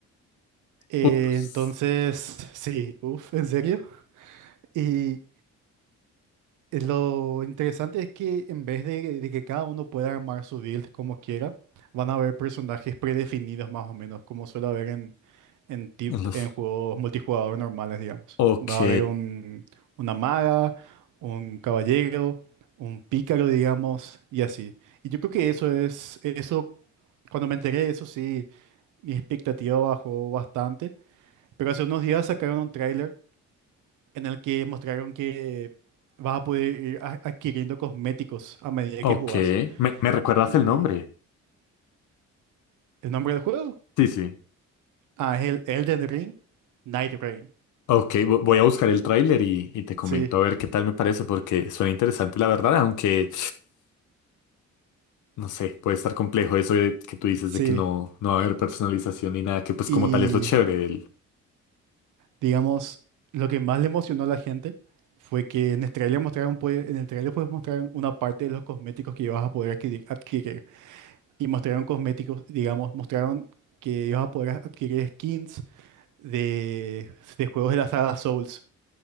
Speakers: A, on the right; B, on the left.
A: Eh,
B: Uf. pues,
A: entonces, sí, uff, ¿en serio? y Eh, Lo interesante es que en vez de, de que cada uno pueda armar su build como quiera, van a haber personajes predefinidos más o menos, como suele haber en, en, tip-
B: los-
A: en juegos multijugador normales, digamos.
B: Ok.
A: Va a haber un, una maga, un caballero, un pícaro, digamos, y así. Y yo creo que eso es, eso, cuando me enteré de eso, sí, mi expectativa bajó bastante, pero hace unos días sacaron un tráiler en el que mostraron que vas a poder ir a- adquiriendo cosméticos a medida
B: Ok,
A: que jugás.
B: ¿Me, me recuerdas
A: ¿Y
B: el nombre?
A: el nombre del juego?
B: Sí, sí.
A: Ah, es el Elden Ring Night Rain.
B: Ok, vo- voy a buscar el tráiler y, y te comento
A: Sí,
B: a ver qué tal me parece, porque suena interesante la verdad, aunque <sighs> no sé, puede estar complejo eso de que tú dices
A: sí.
B: de que no, no va a haber personalización ni nada, que pues
A: Y
B: como tal es lo chévere
A: digamos, lo que más le emocionó a la gente fue que en el trailer mostraron, pues, en el trailer pues mostraron una parte de los cosméticos que ibas a poder adquirir, adquirir. Y mostraron cosméticos, digamos, mostraron que ibas a poder adquirir skins de, de juegos de la saga Souls.